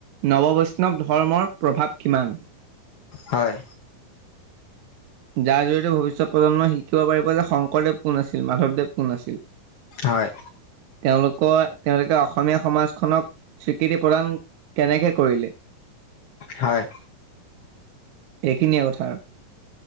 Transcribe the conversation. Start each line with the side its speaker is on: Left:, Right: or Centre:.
Right: নৱবৈষ্ণৱ ধৰ্মৰ প্ৰভাৱ কিমান।
Left: হয়।
Right: যাৰ জৰিয়তে ভৱিষ্যত প্ৰজন্মই শিকিব পাৰিব যে শংকৰদেৱ কোন আছিল মাধৱদেৱ কোন আছিল।
Left: হয়।
Right: তেওঁলোকৰ তেওঁলোকে অসমীয়া সমাজখনক স্বীকৃতি প্ৰদান কেনেকে কৰিলে
Left: হয়।
Right: এইখিনিয়ে কথা।